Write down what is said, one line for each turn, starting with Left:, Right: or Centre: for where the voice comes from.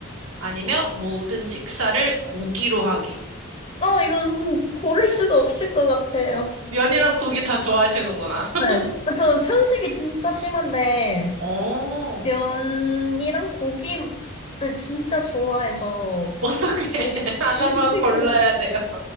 Right: 아니면 모든 식사를 고기로 하기.
Left: 어, 이건 고를 수가 없을 것 같아요.
Right: 면이랑 고기 다 좋아하시는구나. <laughs>
Left: 네. 저 편식이 진짜 심한데,
Right: 어,
Left: 면이랑 고기를 진짜 좋아해서,
Right: 어떻게 <laughs>
Left: 거의 <laughs>
Right: 하나만
Left: 주식으로.
Right: 골라야 돼요.